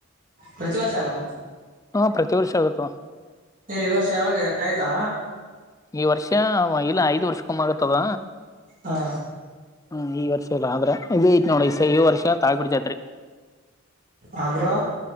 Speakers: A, on the right; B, on the left.
A: ಪ್ರತಿ ವರ್ಷನಾ
B: ಹಾ ಪ್ರತಿ ವರ್ಷ ಆಗುತ್ತಾ
A: ಈ ವರ್ಷ ಯಾವಾಗ ಆಯ್ತಾ
B: ಈ ವರ್ಷ ಇಲ್ಲ ಐದ್ ವರ್ಷಕೊಮ್ಮ ಆಗತ್ತದ
A: ಹಾ
B: ಹ್ಮ ಈ ವರ್ಷ ಇಲ್ಲ ಆದ್ರ ಇದ ಐತ್ ನೋಡಿ ಈ ವರ್ಷ ತಾಳಿಕೋಟಿ ಜಾತ್ರಿ
A: ಆದ್ರಾ